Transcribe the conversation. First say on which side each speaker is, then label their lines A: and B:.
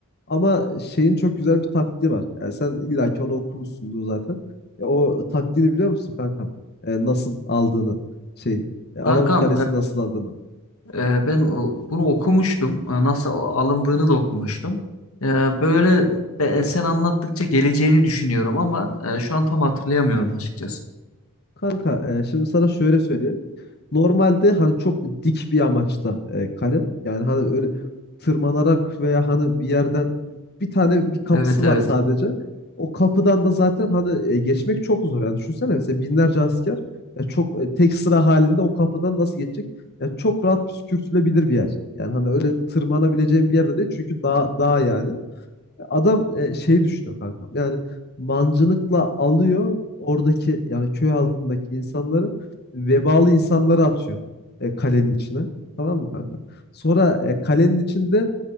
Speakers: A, on the left; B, on the left.
A: Ama şeyin çok güzel bir taktiği var. Yani sen illaki onu okumuşsundur zaten. Ya o taktiğini biliyor musun kanka? E, nasıl aldığını şeyin. E, Alamut
B: Kankam,
A: Kalesi'ni nasıl aldığını.
B: Ee, ben o- bunu okumuştum. Ee, Nasıl alındığını da okumuştum. Ee, böyle be- sen anlattıkça geleceğini düşünüyorum ama e, şu an tam hatırlayamıyorum açıkçası.
A: Kanka e, şimdi sana şöyle söyleyeyim. Normalde hani çok dik bir amaçta e, kale. Yani hani öyle tırmanarak veya hani bir yerden bir tane bir kapısı
B: Evet
A: var
B: evet.
A: sadece. O kapıdan da zaten hani e, geçmek çok zor. Yani düşünsene mesela binlerce asker ya çok e, tek sıra halinde o kapıdan nasıl geçecek? Ya çok rahat püskürtülebilir bir yer. Yani hani öyle tırmanabileceğin bir yerde değil çünkü dağ, dağ yani. Adam e, şeyi düşünüyor kankam. Yani mancınıkla alıyor oradaki yani köy halkındaki insanları vebalı insanları atıyor e, kalenin içine. Tamam mı kanka? Sonra e, kalenin içinde